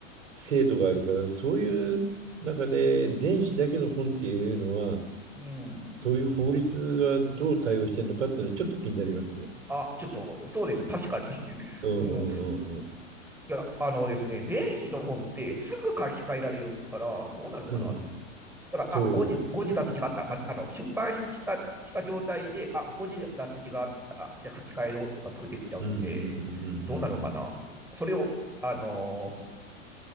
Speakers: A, on the right (about 70°); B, in the centre.
A: 制度があるから、そういう中で電子だけの本っていうのは、
B: うん。
A: そういう法律がどう対応してるのかっていうのはちょっと気になりますね。
B: あ、ちょっと、そうです、確かに。<laughs>
A: うんうんうん
B: うん。いや、あのですね、電子の本ってすぐ書き換えられるから、どうなのかなって。
A: うん。うん。
B: だから、
A: そう。
B: あ、誤字、誤字脱字があった。ばあの、出版した、した状態で、あ、誤字脱字があった。じゃあ書き換えろとかすぐできちゃうんで、
A: うんうんうんうんうんうん。
B: どうなのかな。それを、あのー